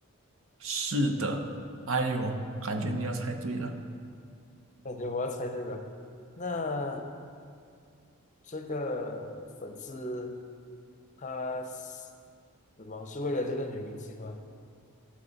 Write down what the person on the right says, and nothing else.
是的。哎呦，感觉你要猜对了，